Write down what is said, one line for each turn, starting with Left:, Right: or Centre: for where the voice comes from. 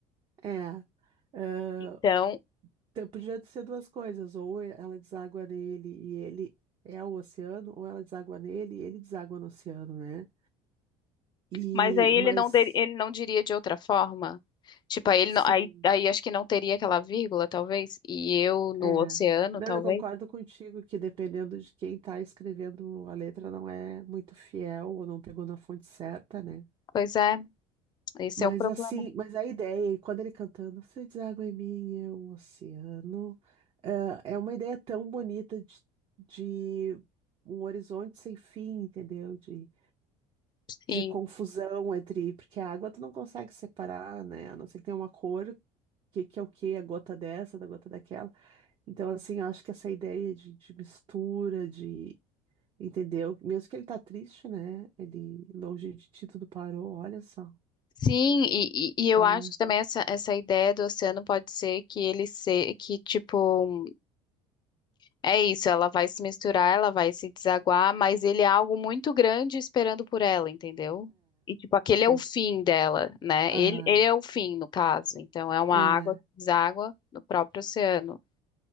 Right: é. Ah,
Left: Então,
Right: te- podia ser duas coisas, ou ela deságua nele e ele é o oceano, ou ela deságua nele e ele deságua no oceano, né? E,
Left: Mas aí ele
Right: mas,
Left: não, deri- ele não diria de outra forma? Tipo, aí, ele
Right: sim,
Left: não- aí, aí acho que não teria aquela vírgula, talvez, e eu no
Right: é.
Left: oceano,
Right: Não,
Left: talvez.
Right: eu concordo contigo que dependendo de quem tá escrevendo a letra não é muito fiel ou não pegou na fonte certa, né?
Left: Pois é, esse
Right: Mas
Left: é o problema.
Right: assim, mas a ideia, e quando ele cantando, você deságua em mim, eu, o oceano, é é uma ideia tão bonita de, de um horizonte sem fim, entendeu? De,
Left: Sim,
Right: de confusão entre, porque a água tu não consegue separar, né? A não ser que tenha uma cor, que, que é o que, a gota dessa, da gota daquela. Então, assim, eu acho que essa ideia de, de mistura, de, entendeu? Mesmo que ele tá triste, né? Ele, longe de ti, tudo parou, olha só.
Left: sim, e, e, e eu
Right: É.
Left: acho que também essa, essa ideia do oceano pode ser que ele se, que tipo É isso, ela vai se misturar, ela vai se desaguar, mas ele é algo muito grande esperando por ela, entendeu? E, tipo, aquele é
Right: É.
Left: o fim dela, né?
Right: Aham,
Left: Ele, ele é o fim, no caso. Então, é uma
Right: é,
Left: água que deságua no próprio oceano.